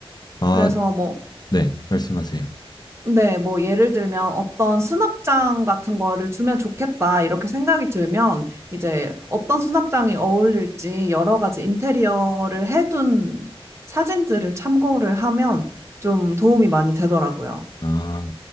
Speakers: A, on the left; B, on the right.
A: 아,
B: 그래서 뭐
A: 네, 말씀하세요.
B: 네, 뭐 예를 들면 어떤 수납장 같은 거를 두면 좋겠다 이렇게 생각이 들면 이제 어떤 수납장이 어울릴지 여러 가지 인테리어를 해둔 사진들을 참고를 하면 좀 도움이 많이 되더라고요.
A: 아,